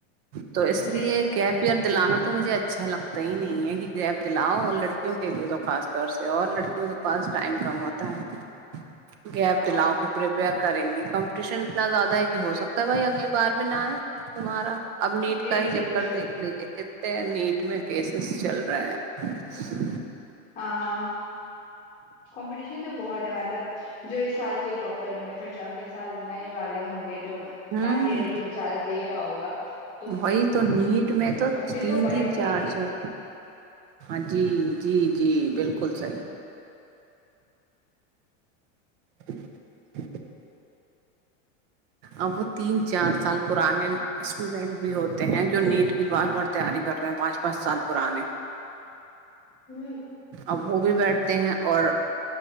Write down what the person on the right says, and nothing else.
تو اس لیے
گیپ
دلانا تو مجھے اچھا لگتا ہی نہیں ہے کہ گیپ دلاؤ اور لڑکیوں کے لیے تو خاص اور لڑکیوں کے پاس ٹائم کم ہوتا ہے گیپ
دلاؤ کے پریپیر کریں گی کمپٹیشن اتنا زیادہ ہے کہ ہو سکتا ہے بھائی اگلی بار بھی نہ اے تمہارا اب نیٹ
کا ہی
چکر دیکھ لیجیے کتنے نیٹ میں کیسز چل رہے ہیں
ہوں
وہی نیٹ میں تو
تین
تین
چار
چار ہاں جی جی جی بالکل صحیح <inaudible> اب تین چار سال پرانے اسٹوڈینٹ بھی ہوتے ہیں جو نیٹ کی بار بار تیاری کر رہے ہیں پانچ پانچ سال پرانے
ابو بھی بیٹھتے ہیں اور